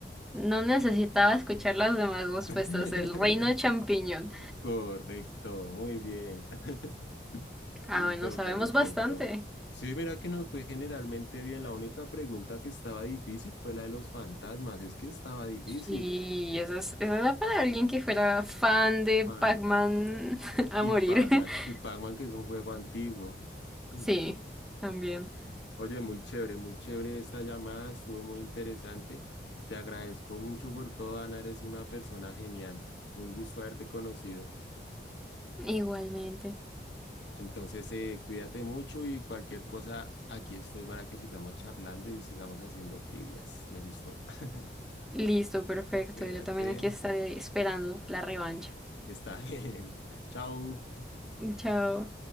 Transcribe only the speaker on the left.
<laughs>
Correcto, muy bien. <laughs>
Listo,
perfecto.
Sí, mira que nos fue generalmente bien. La única pregunta que estaba difícil fue la de los fantasmas. Es que estaba difícil,
man.
Y
Pac-Man.
Y Pac-Man, que es un juego antiguo. Mm.
Oye, muy chévere, muy chévere esta llamada, estuvo muy interesante. Te agradezco mucho por todo, Ana, eres una persona genial. Un gusto haberte conocido.
Entonces, eh, cuídate mucho y cualquier cosa, aquí estoy para que sigamos charlando y sigamos haciendo trivias. Me gustó. <laughs>
Cuídate,
está bien. <laughs> Chao.